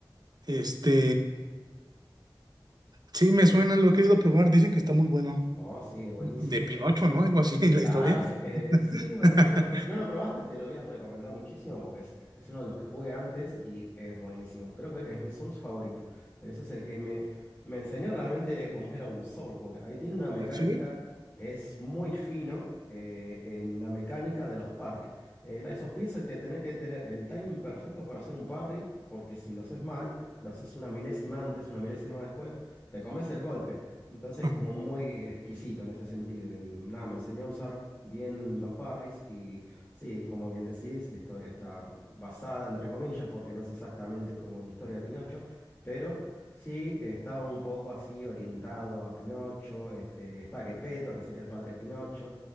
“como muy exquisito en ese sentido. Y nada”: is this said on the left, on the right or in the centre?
Left